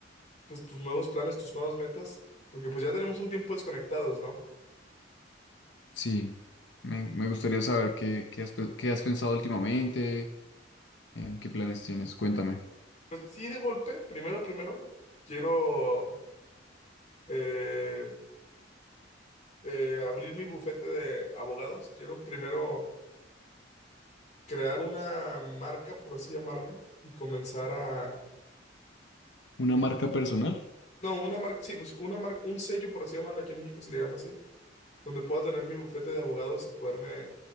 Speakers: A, on the left (about 40°); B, on the left (about 65°).
A: pues, tus nuevos planes, tus nuevas metas, porque pues ya tenemos un tiempo desconectados, ¿no?
B: Sí, me, me gustaría saber qué, qué has, pe- qué has pensado últimamente, en qué planes tienes. Cuéntame.
A: Pues así de golpe, primero, primero, quiero eh, eh, abrir mi bufete de abogados. Quiero primero crear una marca, por así llamarle, y comenzar a...
B: ¿Una marca personal?
A: No, una marca, sí, pues una marca, un sello, por así llamarle, aquí en México se le llama así donde pueda tener mi bufete de abogados y poderme